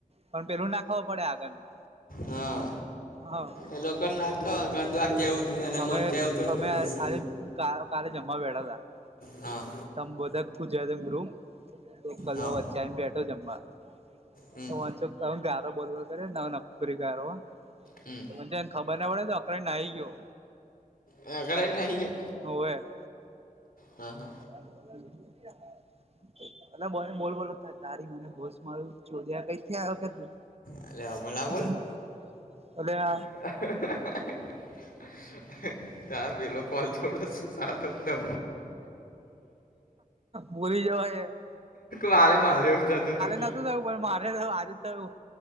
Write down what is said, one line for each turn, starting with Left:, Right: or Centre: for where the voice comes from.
Right: પણ પેલું નાખવું પડે આગળનું.
Left: હા
Right: હા
Left: એ લોકો ના ખબર કાં તો આ કેવું જ નહીં અને
Right: અમે
Left: મને કેવું થોડું
Right: અમે
Left: ખબર હશે
Right: આ કા કાલે જમ માં <unintelligible>
Left: હા.
Right: ત બોધા ગુજરાત ગ્રુપ એક કલો
Left: હા
Right: વચ્ચે આવી બેઠો જમવા.
Left: હમ
Right: તો વાચો ગારો બોલવો કરે ના નકરી ગારો
Left: હમ
Right: જ એને ખબર ના પડે તો અકરે નાહી ગયો.
Left: <unintelligible> એ નાહી ગયો.
Right: હવે
Left: હા હા.
Right: <inaudible> પલા બોને બોલ બોલતા તારી મને બોસ મારું જોધ્યા કઈથી આયો કે તું-
Left: એટલે હમણાં
Right: - અલે- -
Left: <inaudible> ત પેલો કોલ થોડો સાદો ત-
Right: બોલી જવા એ- -
Left: મારે મારે એવું થતું તું.
Right: નતું થયું પણ મારે થયું આજ થયું.